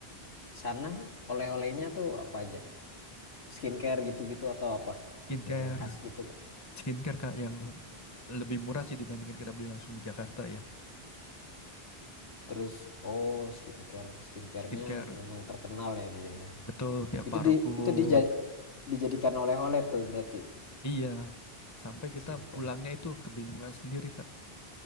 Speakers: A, on the left; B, on the left.
A: sana oleh-olehnya tuh apa aja? Skincare gitu-gitu atau apa?
B: skincare,
A: Ada yang khas gitu?
B: skincare Kak yang lebih murah sih dibandingkan kita beli langsung di Jakarta ya.
A: Terus oh skincare, skincarenya
B: Skincare
A: memang terkenal ya dia ya.
B: betul kayak
A: Itu
B: parfum.
A: di itu dija dijadikan oleh-oleh tuh berarti
B: Iya, sampai
A: skincare.
B: kita pulangnya itu kebingungan sendiri Kak